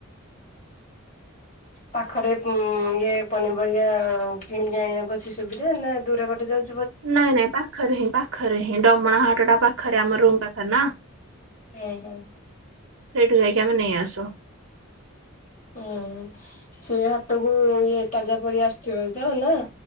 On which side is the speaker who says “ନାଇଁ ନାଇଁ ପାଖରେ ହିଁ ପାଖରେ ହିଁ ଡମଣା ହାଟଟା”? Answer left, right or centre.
Right